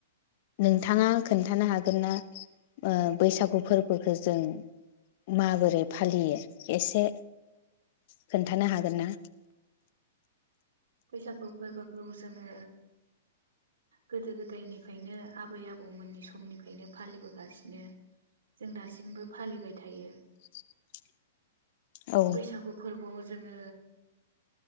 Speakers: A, on the left; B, on the right.
A: नोंथाङा खोन्थानो हागोन ना बैसागु ओ फोरबोखौ जों माबोरै फालियो एसे खोन्थानो हागोन ना?
B: बैसागु फोरबोखौ जोङो गोदो गोदायनिफ्रायनो आबै आबौमोननि समनिफ्रायनो फालिबोगासिनो जों दासिमबो फालिबाय थायो
A: <inaudible> औ
B: बैसागु फोरबोवाव जोङो